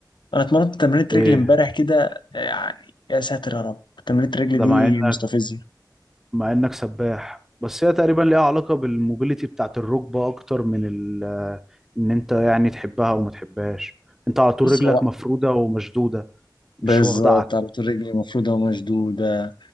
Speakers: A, on the left (about 80°); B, in the centre.
A: انا اتمرنت تمرينة
B: ليه
A: رجل امبارح كده يعني يا ساتر يا رب تمرينة الرجل
B: ده
A: دي
B: مع انك
A: مستفزة
B: مع انك سباح بس هي تقريبا ليها علاقه بالموبيليتي بتاعت الركبه اكتر من ال ان انت يعني تحبها وما تحبهاش انت على طول
A: بص
B: رجلك
A: هو
B: مفروده ومشدوده مش
A: بالظبط
B: واخده على
A: على طول رجلي مفروضة ومشدودة